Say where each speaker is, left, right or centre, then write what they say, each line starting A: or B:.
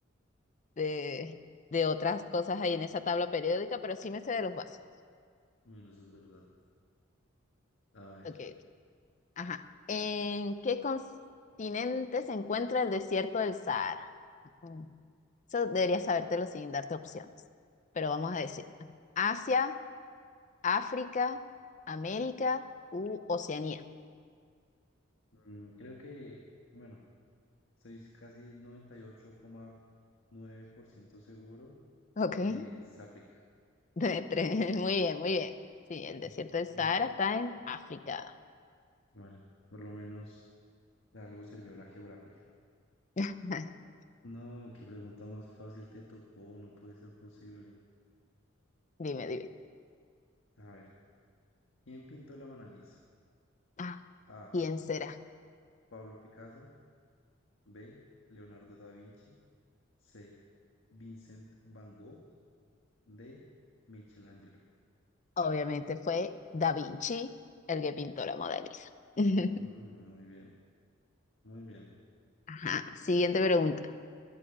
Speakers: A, on the left; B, on the left.
A: de, de otras cosas ahí en esa tabla periódica, pero sí me sé de los básicos.
B: Bueno, eso es verdad. A ver,
A: Ok, ajá. ¿En qué continente se encuentra el desierto del Sahara? Mm, Eso deberías sabértelo sin darte opciones, pero vamos a decir. ajá. Asia, África, América u Oceanía.
B: mm, creo que, bueno, estoy casi noventa y ocho coma nueve por ciento seguro
A: Ok.
B: que es África.
A: De tres. <laughs> Muy bien, muy bien. Sí, el desierto
B: Mm,
A: del Sahara
B: mm,
A: está en África.
B: Bueno, por lo menos algo sirvió la geografía.
A: <laughs>
B: No, qué pregunta más fácil te tocó, no puede ser posible.
A: Dime, dime.
B: A ver, ¿quién pintó la Mona Lisa?
A: Ah,
B: A.
A: ¿quién será?
B: Pablo Picasso. B. Leonardo da Vinci. C. Vincent Van Gogh. D. Michelangelo.
A: Obviamente fue Da Vinci, el que pintó la Mona Lisa.
B: Mm,
A: <laughs>
B: muy bien, muy bien.
A: Ajá, siguiente pregunta.